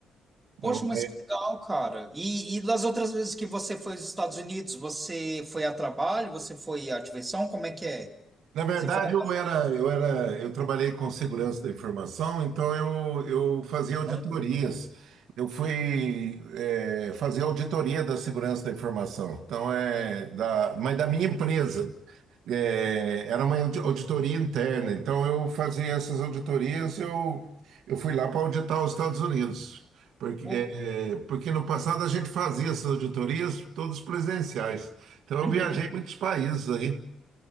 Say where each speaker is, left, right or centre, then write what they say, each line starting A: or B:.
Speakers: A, on the right; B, on the right.
A: Não,
B: Poxa, mas
A: é
B: que legal, cara. E, e das outras vezes que você foi aos Estados Unidos, você foi a trabalho, você foi à diversão? Como é que é?
A: Na verdade,
B: Você foi a
A: eu
B: lazer?
A: era, eu era, eu trabalhei com segurança da informação, então eu, eu fazia auditorias.
B: Olha,
A: Eu fui eh, fazer auditoria da segurança da informação. Então é da, mas da minha empresa. Eh, era uma audi- auditoria interna. Então eu fazia essas auditorias. Eu, eu fui lá para auditar os Estados Unidos, porque
B: pô,
A: eh, porque no passado a gente fazia essas auditorias todas presenciais. Então eu
B: uhum.
A: viajei muitos países aí.